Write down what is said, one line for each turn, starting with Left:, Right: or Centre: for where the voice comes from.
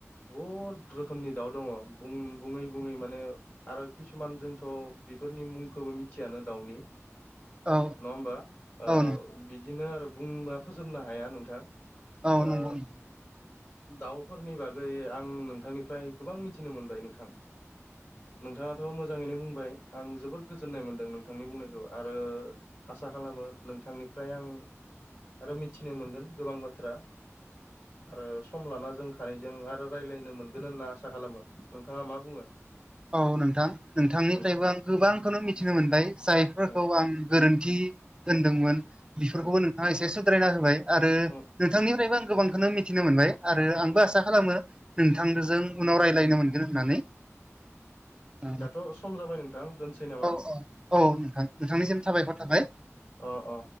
Left: बुहुद रोखोमनि दाउ दङ बुं बुङै बुङै माने आरो किसुमान जोंथ' बेफोरनि मुंखौबो मिथियानो दाउनि।
Right: औ
Left: नङा होमबा ओ
Right: औ
Left: बिदिनो आरो बुंबा फोजोबनो हाया नोंथां
Right: औ
Left: ओ
Right: नंगौ
Left: दाउफोरनि बागै आं नोंथांनिफ्राय गोबां मिथिनो मोनबाय नोंथां। नोंथाङाथ' मोजाङैनो बुंबाय आं जोबोद गोजोननाय मोनदों नोंथांनि बुंनायखौ आरो। आसा खालामो नोंथांनिफ्राय आं आरो मिथिनो मोनगोन गोबां बाथ्रा आरो सम लाना जों सानैजों आरो रायलायनो मोनगोन होनना आसा खालामो नोंथाङा मा बुङो।
Right: औ नोंथां नोंथांनिफ्रायबो
Left: उम
Right: आं गोबांखौनो मिथिनो मोनबाय जायफोरखौ
Left: उम
Right: आं। गोरोन्थि होन्दोंमोन बेफोरखौबो
Left: उम
Right: नोंथाङा एसे सुद्रायना होबाय। आरो
Left: उम
Right: नोंथांनिफ्रायबो
Left: उम
Right: आं गोबांखौनो मिथिनो मोनबाय आरो आंबो
Left: उम
Right: आसा खालामो। नोंथांजों
Left: उम
Right: उनाव रायलायनो मोनगोन होननानै। औ
Left: दाथ' सम जाबाय नोंथां दोनसै नामा।
Right: औ औ नोंथां नोंथांनिसिम साबायखर थाखाय।
Left: अ-अ